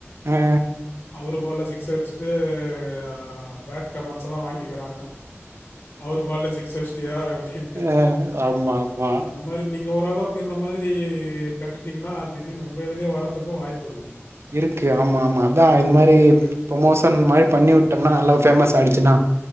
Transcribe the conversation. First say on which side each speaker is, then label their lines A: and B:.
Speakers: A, on the right; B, on the left.
A: ஆ
B: அவரே பால்ல சிக்ஸ் அடிச்சிட்டு ஆ பேட் கமன்ஸ்ல்லா வாங்கிக்கிறாங்க அவரு பாலே சிகஸ் அஸ்டியா அப்டின்ட்டு
A: ஆ. ஆமா ஆமா
B: அந்த மாரி நீங்க ஓரளவுக்கு இந்த மாதிரி கட்டுட்டீங்கன்னா திடீர்னு உங்க இதுலயே வரதுக்கும் வாய்ப்பு இருக்கு ப்ரோ
A: இருக்கு ஆமா ஆமா அதா இந்த
B: ம்
A: மாரி
B: பெரிய பெரிய
A: புரோமோசன் மாரி பண்ணி விட்டோம்னா நல்லா பேமஸ் ஆயிடுச்சின்னா